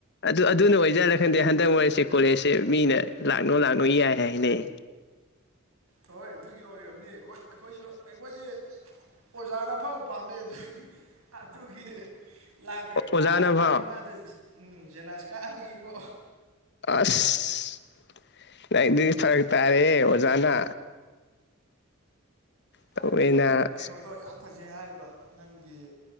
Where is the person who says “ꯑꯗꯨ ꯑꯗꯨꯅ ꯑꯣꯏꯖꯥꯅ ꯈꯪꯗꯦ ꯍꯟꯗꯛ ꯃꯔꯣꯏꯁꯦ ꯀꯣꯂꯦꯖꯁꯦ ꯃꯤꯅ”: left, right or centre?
Left